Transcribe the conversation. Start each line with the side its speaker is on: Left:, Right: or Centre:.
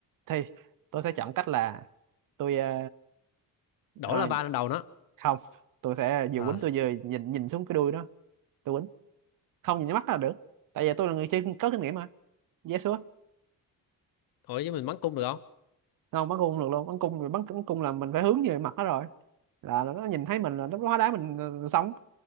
Right: thì tôi sẽ chọn cách là tôi ờ,
Left: Đổ
Right: ờ,
Left: lava lên đầu nó.
Right: không tôi sẽ
Left: Hả?
Right: vừa quýnh tôi vừa nhìn nhìn xuống cái đuôi nó tôi quýnh không nhìn mắt là được tại vì tôi là người chơi có kinh nghiệm mà yes sure
Left: Ủa chứ mình bắn cung được không?
Right: không bắn cung không được luôn bắn cung bắn, bắn cung là mình phải hướng về mặt nó rồi là nó nhìn thấy mình là nó hóa đá mình ờ, sống